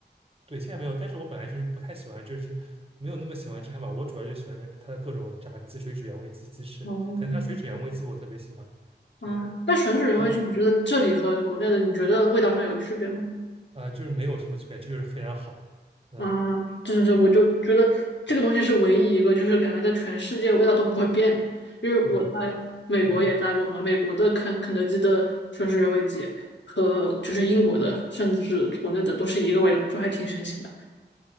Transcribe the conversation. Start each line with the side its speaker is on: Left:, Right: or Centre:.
Right: 对，现在没有，但是我本来就是不太喜欢，就是没有那么喜欢吃汉堡，我主要就喜欢它的各种炸鸡、水煮原味鸡、鸡翅，
Left: 哦，
Right: 可能它水煮原味鸡我特别喜欢，对，
Left: 嗯，
Right: 然
Left: 但吮指原味就我觉得这里和国内的你觉得味道上有区别吗？
Right: 后啊、呃就是没有什么区别，这就是非常好，嗯，
Left: 啊，对对对，我就觉得这个东西是唯一一个，就是感觉在全世界味道都不会变的。因为我在美国也待过嘛，
Right: 对，嗯
Left: 美国的肯肯德基的吮指原味鸡和就是英国的，甚至国内的都是一个味道，就还挺神奇的。